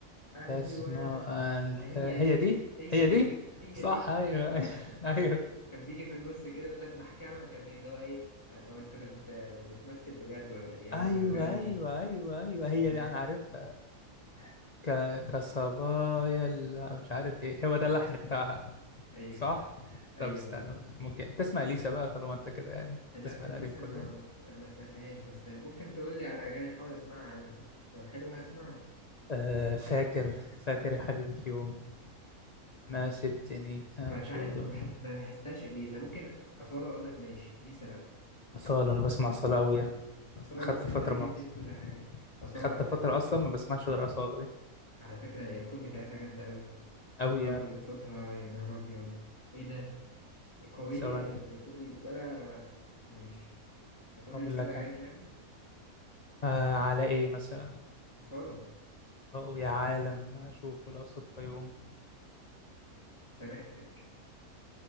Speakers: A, on the left (about 20°); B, on the left (about 60°).
A: ايوه
B: تسمع الف...
A: هي
B: هي
A: دي
B: دي
A: هي
B: هي
A: دي
B: دي
A: هي
B: صح
A: دي
B: ايوه
A: <laughs>
B: ايوه
A: كان بيجي في النص كده يقول لك محكمه كان اللي هو ايه يعني هو انت بت... بتمثل بجد ولا ايه يا عم
B: ايوه
A: انت بتغني
B: ايوه ايوه ايوه ايوه هي
A: فاهم
B: دي انا عارفها ك... كصبايا ال- مش عارف ايه هو ده
A: <laughs>
B: اللحن بتاعها
A: ايوه
B: صح
A: ايوه
B: طب استنى
A: والله
B: ممكن تسمع اليسا بقى طالما انت كده يعني
A: لا
B: تسمع القديم
A: لسه
B: كله
A: ما ما ما سمعتهاش بس ممكن تقول لي على اغاني احاول اسمعها لو لو حلوه هسمعها
B: آه فاكر فاكر يا حبيبي في يوم ما سبتني
A: ب-
B: امشي
A: انت عارف
B: ودون
A: ما بحب ما بحسهاش اليسا ممكن اصاله اقول لك ماشي اليسا لا
B: اصاله انا بسمع اصاله قوي يعني
A: اصاله
B: خدت
A: بص بتعجبني
B: فتره ما بس...
A: في كل حاجه اصاله
B: خدت
A: يعني
B: فتره اصلا ما بسمعش غير اصاله
A: على فكره هي التون بتاعتها جامده قوي
B: أوي
A: نبره
B: يعني
A: صوتها يا نهار ابيض ايه ده قويه
B: ثواني
A: يعني تقول لي ولا ماشي هتقول
B: أقول
A: لي شويه
B: لك
A: اغاني
B: أنا
A: يعني
B: آه على إيه مثلا
A: اصاله
B: أو يا عالم أشوفه لو صدفة يوم
A: سامحتك